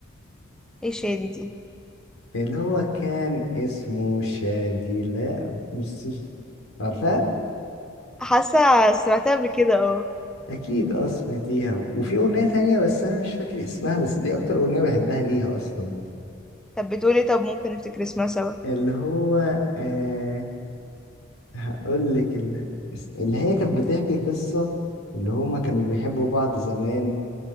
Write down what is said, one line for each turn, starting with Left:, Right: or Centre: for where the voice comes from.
Centre: ايه شادي دي
Left: اللي هو كان اسمه شادي لا مش عارفها
Centre: حاسة سمعتها قبل كده اه
Left: اكيد اه سمعتيها وفي اغنية تانية بس انا مش فاكر اسمها بس دي اكتر اغنية بحبها ليها اصلا
Centre: طب بتقولي طب ممكن نفتكر اسمها سوا
Left: اللي هو آه هقول لك اللي, اللي هي كانت بتحكي قصة اللي هما كانوا بيحبوا بعض زمان